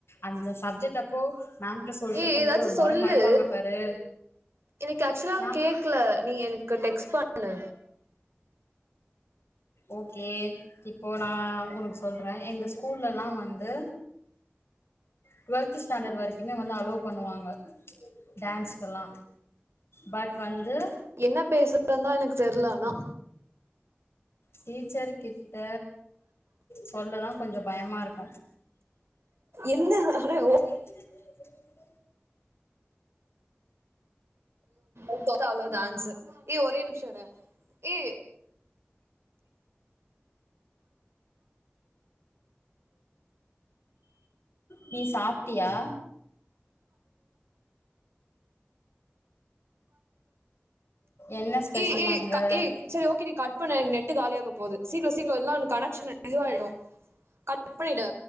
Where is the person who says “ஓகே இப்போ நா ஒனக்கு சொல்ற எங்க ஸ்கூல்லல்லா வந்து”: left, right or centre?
Left